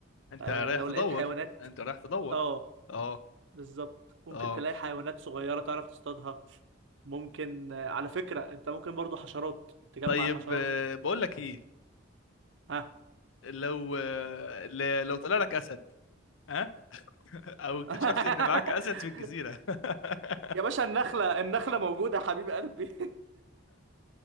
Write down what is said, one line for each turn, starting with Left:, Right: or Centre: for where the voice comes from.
Left: انت
Right: أه...
Left: رايح
Right: لو
Left: تدور
Right: لقيت حيوانات
Left: انت رايح تدور
Right: اه
Left: اه
Right: بالظبط ممكن
Left: اه
Right: تلاقي حيوانات صغيرة تعرف تصطادها ممكن آه، على فكرة انت ممكن برضو حشرات تجمع
Left: طيب
Right: الحشرات
Left: آه، بقول لك ايه
Right: ها
Left: لو ل- لو طلع لك اسد ها <laughs> او اكتشفت
Right: <laughs>
Left: ان معاك اسد في الجزيره <laughs>
Right: يا باشا النخلة النخلة موجودة يا حبيب قلبي <laughs>